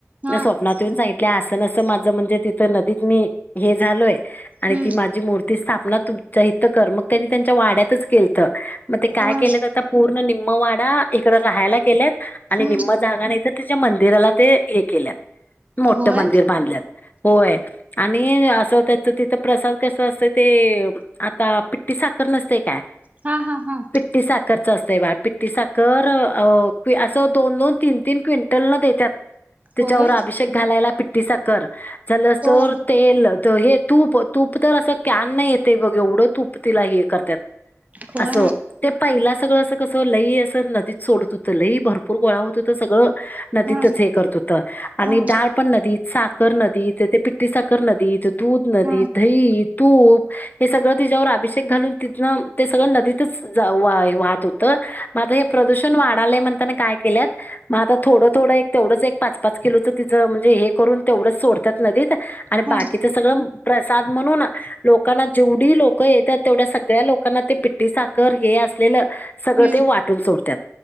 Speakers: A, on the right; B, on the left.
A: हा
B: स्वप्नात येऊन सांगितल्या, अस, नसं माझं म्हणजे तिथं नदीत मी हे झालोय. आणि
A: हम्म
B: ती माझी मूर्ती स्थापना, तुमच्या हित कर, मग त्यांनी त्यांच्या वाड्यातच केलतं. मग ते काय
A: होय
B: केल्यात आता, पूर्ण निम्म-वाडा, इकडं राहायला केल्यात, आणि
A: हम्म
B: निम्म जागा नाहीतर तिच्या मंदिराला ते, हे केल्यात. मोठ
A: होय
B: मंदिर बांधल्यात, होय, आणि असं त तर तिथं प्रसाद कस असतय ते, आता पिठ्टी साखर नसतय काय
A: हा हा हा.
B: पिट्टी साखरच असतंय बाळ, पिट्टी साखर असं दोन -, तीन-तीन क्विंटलन देत्यात. त्याच्या-
A: होय
B: वर अभिषेक घालायला पिट्ठी साखर, <unintelligible>
A: होय
B: तेल, हे तूप, तूप तर असं कॅन येतेय बघ एवढं तुप तिला हे करत्यात,
A: होय
B: असं ते पाहिला सगळं असं कसं लई असं नदीत सोडत होतं, लई भरपूर गोळा होतात सगळं नदीतच
A: हा हा
B: हे करत होतं आणि
A: हा
B: डाळ पण नदीत, साखर नदीत ते पिट्ठी साखर नदीत दुध नदीत
A: हा
B: दहीत तूप हे सगळं तिच्यावर अभिषेक घालून तिथंन ते सगळं नदीतच जा वा वाहत होत. त मात्र हे प्रदूषण वाढालंय म्हणताना काय केलंत म आता थोडं-थोडं एक तेवढंच एक पाच-पाच किलोचं तिचं म्हणजे हे करून तेवढंच सोडतात नदीत आणि
A: हा
B: बाकीच सगळं प्रसाद म्हणून लोकांना जेवढी लोकं येतात तेवढ्या सगळ्या लोकांना ते पिट्ठी सा कर हे असलेलं सगळं
A: हम्म
B: ते वाटून सोडतात.